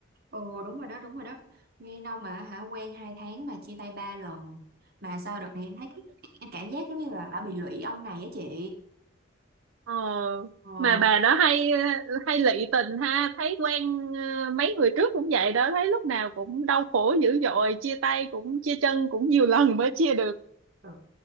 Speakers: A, on the right (about 50°); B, on the right (about 80°).
A: Ồ đúng rồi đó đúng rồi đó nghe đâu mà hả quen hai tháng mà chia tay ba lần mà sao đợt này em thấy cái- em cảm giác giống như là bà bị lụy ông này á chị
B: Ờ,
A: ờ
B: mà bà đó hay ờ, hay lị tình ha, thấy quen ờ, mấy người trước cũng vậy đó, thấy lúc nào cũng đau khổ dữ dội, chia tay cũng chia chân cũng nhiều lần mới chia được.
A: ừ.